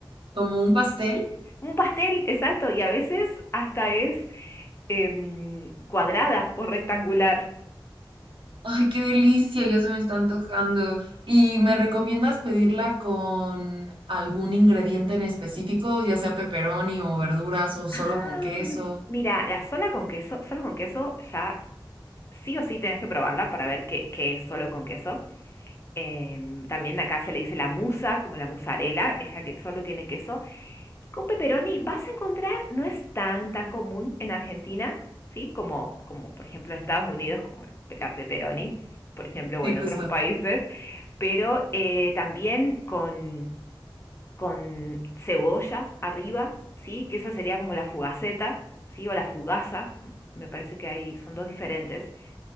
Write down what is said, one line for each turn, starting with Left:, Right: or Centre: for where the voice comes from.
Right: Como un pastel.
Left: Un pastel, exacto, y a veces hasta es em, cuadrada o rectangular.
Right: Ay, qué delicia, ya se me está antojando. ¿Y me recomiendas pedirla con algún ingrediente en específico, ya sea pepperoni o verduras o solo
Left: Ah,
Right: con queso?
Left: m- mira, la sola con queso, solo con queso ya sí o sí tenés que probarla para ver qué, qué es solo con queso. Em, también acá se le dice la musa, como la mozzarella, es la que solo tiene queso. Con pepperoni vas a encontrar, no es tan, tan común en Argentina, ¿sí? Como, como por ejemplo en Estados Unidos, como el pe- la pepperoni, por ejemplo, o
Right: Sí,
Left: en
Right: justo.
Left: otros países, pero eh, también con, con cebolla arriba, ¿sí? Que esa sería como la fugaceta, ¿sí? O la fugaza, me parece que hay, son dos diferentes